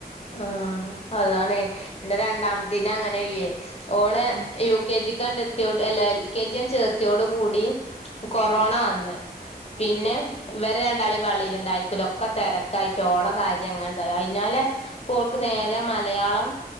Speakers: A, on the left; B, on the right.
A: ആ അതാണ് എന്റെ രണ്ടാമത്തേതിന് അങ്ങനെ ചെയ്യെഓള്
B: ഉം ഉം
A: യു കെ ജി കണ്ടത്തിയോട് അല്ല എൽ കെ ജി ഞാൻചേർത്തിയോടു കൂടി കൊറോണ
B: ഏ
A: വന്ന് പിന്നെ
B: ഏ
A: ഇവരെ രണ്ടാളെയും പള്ളിയിൽ ഉണ്ടായിരിക്കില്ലോ ഒക്കെ തിരക്കായിട്ട് ഓള് കാര്യം അങ്ങനെ തായി ഹൈ പിന്നാലേപ്പോൾക്ക് നേരെ മലയാളം